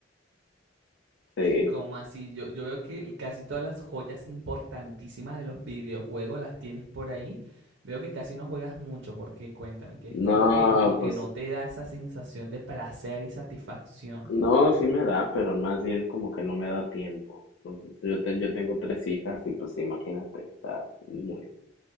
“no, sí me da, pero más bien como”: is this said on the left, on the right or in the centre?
Left